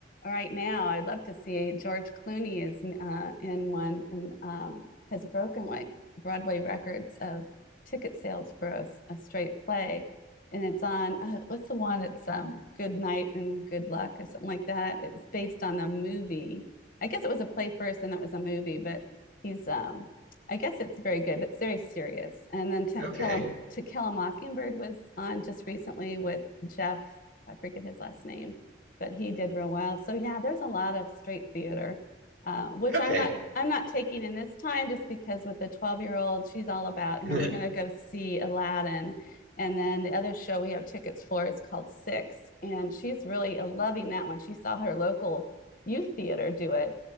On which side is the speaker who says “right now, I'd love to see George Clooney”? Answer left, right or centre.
Left